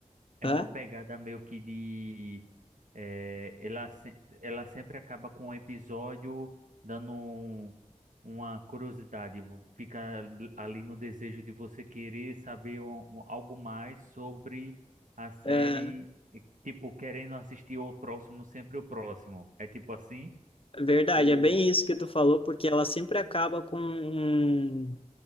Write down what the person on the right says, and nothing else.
É
uma pegada meio que de. é, ela, se- ela sempre acaba com um episódio dando um- uma curiosidade. vo- Fica ali no desejo de você querer saber um- um- algo mais sobre a série.
e, Tipo, querendo assistir o próximo, sempre o próximo. É tipo assim?
Ou.